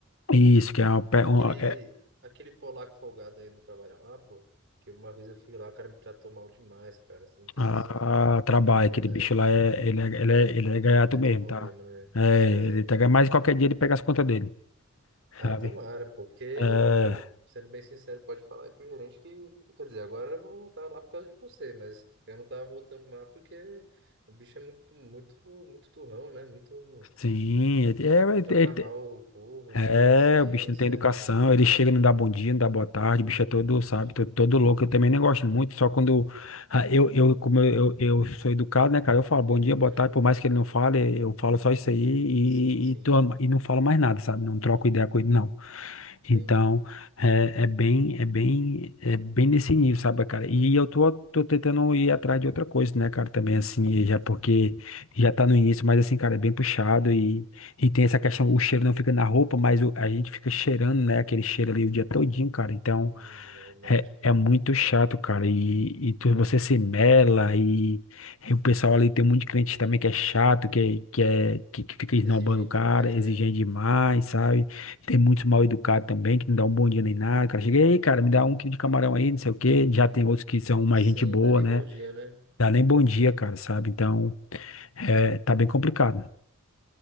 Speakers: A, on the left; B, on the right.
A: Isso, que é uma, pe-
B: Aquele,
A: uma- é,
B: aquele polaco folgado ainda trabalha lá, pô. Que uma vez eu fui lá, o cara me tratou mal demais, cara. Você não tem
A: a,
B: noção.
A: a trabalho,
B: Verdade.
A: aquele bicho lá, é, ele, é, ele, é, ele é gaiato
B: Ele é
A: mesmo,
B: turrão
A: tá?
B: mesmo, né?
A: É,
B: É,
A: ele
B: então.
A: tá, ga- mas qualquer dia ele pega as contas dele,
B: Ah,
A: sabe?
B: tomara, pô, porque,
A: É,
B: pô, sendo bem sincero, pode falar aí pro gerente que, quer dizer, agora eu vou voltar lá por causa de você, mas eu não tava voltando lá porque o bicho é muito, muito, muito turrão, né? Muito,
A: sim, é,
B: um, trata
A: é,
B: mal
A: é,
B: o povo, não
A: É,
B: tem paciência,
A: o bicho não tem educação,
B: hein?
A: ele chega e não dá bom dia, não dá boa tarde, o bicho é todo,
B: Vixe.
A: sabe, todo, todo louco. Eu também não gosto muito, só quando ah, eu, eu como eu, eu, eu sou educado, né, cara, eu falo bom dia, boa
B: Uhum.
A: tarde, por mais que ele não fale, eu falo só isso aí e,
B: Sim, sim,
A: e, tô- e não falo mais nada, sabe, não troco ideia com ele, não. Então,
B: entendi.
A: é, é bem, é bem, é bem nesse nível, sabe, cara? E eu tô, tô tentando ir atrás de outra coisa, né, cara, também, assim, já porque já tá no início, mas assim, cara, é bem puxado e tem essa questão, o cheiro não fica na roupa, mas o- a gente fica cheirando, né? Aquele cheiro ali o dia todinho, cara. Então
B: Hum, é verdade,
A: é,
B: cara.
A: é muito chato, cara. E, e tu, você se mela e, e o pessoal ali tem um monte de crente também que é chato, que, é- que, é, que, que fica esnobando
B: Exigente
A: o cara,
B: demais,
A: exigente
B: né?
A: demais, sabe? Tem muito mal educado também, que não dá um bom dia nem nada. Cara, chega aí, cara, me dá um quilo de camarão aí, não sei o quê. Já tem outros que são mais
B: Sim,
A: gente boa,
B: dá nem
A: né?
B: bom dia, né?
A: Dá nem bom dia, cara, sabe? Então é, tá bem complicado.